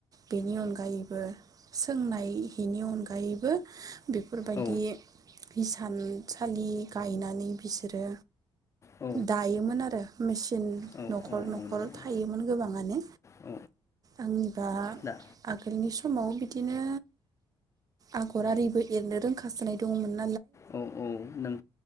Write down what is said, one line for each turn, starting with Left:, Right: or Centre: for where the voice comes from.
Right: बेनि अनगायैबो सोंनाय बेनि अनगायैबो बेफोरबायदि
Left: औ
Right: हिसानसालि गायनानै मि बिसोरो
Left: औ
Right: दायोमोन आरो मेसिन
Left: औ
Right: न'खर
Left: औ
Right: न'खर
Left: नंगौ
Right: थायोमोन गोबाङानो
Left: औ
Right: आंनिबा
Left: दा
Right: आगोलनि सम समाव बिदिनो आगरारिबो एरनो रोंखासोनाय दङमोन।
Left: औ औ नों